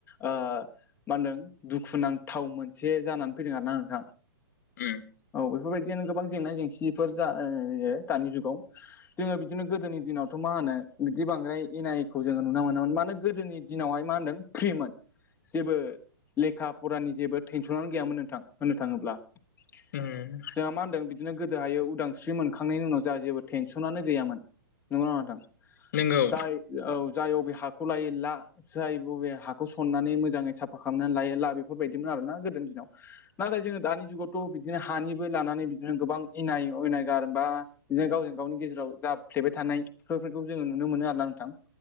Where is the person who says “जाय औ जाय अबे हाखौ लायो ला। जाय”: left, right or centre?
Left